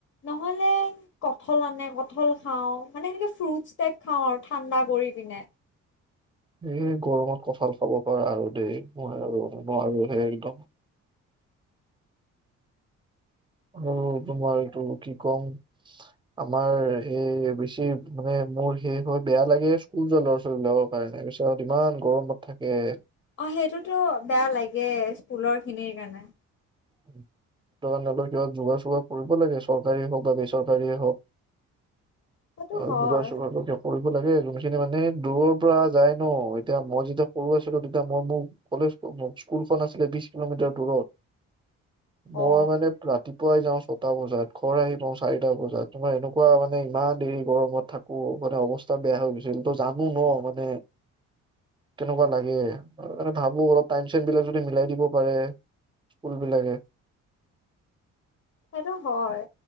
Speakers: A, on the left; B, on the right.
A: নহ'লে কঠল আনে কঠল খাওঁ মানে সেনেকে ফ্ৰুট টাইপ খাওঁ আৰু ঠাণ্ডা কৰি পিনে।
B: এই গৰমত কঠা‍ঁল খাব পাৰা আৰু দেই মই আৰু নোৱাৰো সে একদম। অ তোমাৰটো। কি কম আমাৰ এই বেছি মানে মোৰ সেই হৈ বেয়া লাগে। ল'ৰা-ছোৱালীবলাকৰ কাৰণে ত পিছত ইমান গৰমত থাকে।
A: অ সেইটোতো বেয়া লাগে স্কুলৰ খিনিৰ কাৰণে।
B: উম। কিবা যোগা চোগা কৰিব লাগে চৰকাৰীয়ে হওক বা বেচৰকাৰীয়ে হওক।
A: সেইটো
B: আৰু
A: হয়
B: দুগাৰ চোগাৰটো। কৰিব লাগে যোনখিনি মানে দূৰৰ পৰা যায় ন এতিয়া মই যেতিয়া সৰু আছিলো তেতিয়া মই মোৰ ক স্কুলখন আছিলে বিশ কিলোমিটাৰ দূৰত।
A: অ
B: মই মানে ৰা পুৱাই যাওঁ ছটা বজাত, ঘৰ আহি পাওঁ চাৰিটা বজাত, তোমাৰ এনেকুৱা মানে ইমান দেৰি গৰমত থাকো। হে অৱস্থা বেয়া হৈ গৈছোঁ তো জানো ন মানে। তেনেকুৱা লাগে ভাবো অলপ টাইম চাইম বিলাক যদি মিলাই দিব পাৰে। বিলাকে
A: সেইটো হয়।